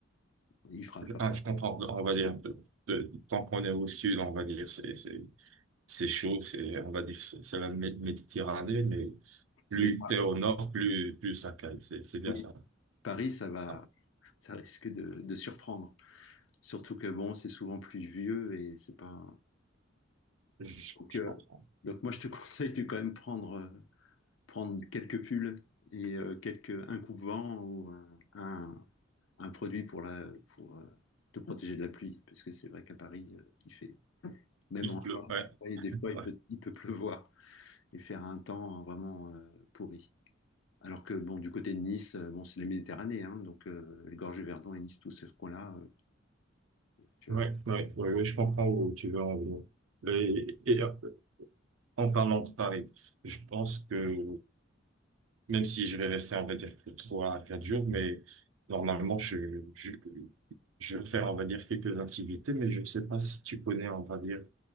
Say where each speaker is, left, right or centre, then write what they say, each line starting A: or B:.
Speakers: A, on the left; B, on the right.
A: il fera. enfin,
B: Ah, je comprends, on va dire, de- de- tant qu'on est au sud, on va dire, c'est, c'est, c'est chaud, c'est, on va dire, c'est c'est la Mé- Méditerranée, mais plus
A: mais
B: t'es au nord, plus, plus ça cale, c'est, c'est bien
A: oui,
B: ça.
A: Paris, ça va,
B: Ah,
A: ça risque de, de surprendre. Surtout que bon, c'est souvent pluvieux et c'est pas.
B: je,
A: Donc,
B: je
A: euh,
B: comprends.
A: donc moi, je te <laughs> conseille de quand même prendre, euh, prendre quelques pulls et euh, quelques, un coupe-vent ou un, un, un produit pour, la, pour euh, te protéger de la pluie. Parce que c'est vrai qu'à Paris, euh, il fait, même
B: Il
A: en
B: pleut,
A: juin,
B: ouais,
A: des fois, il des fois, il
B: ouais,
A: peut, il peut pleuvoir et faire un temps vraiment euh, pourri. Alors que bon, du côté de Nice, euh, bon, c'est la Méditerranée, hein, donc euh, les gorges du Verdon et Nice, tout ce coin-là, euh, tu
B: ouais,
A: vois.
B: ouais, ouais, ouais, je comprends où tu veux en venir. Et, et, euh, en parlant de Paris, je pense que Même si je vais rester, on va dire, que trois à quatre jours, mais normalement, je, je, je vais faire, on va dire, quelques activités, mais je ne sais pas si tu connais, on va dire,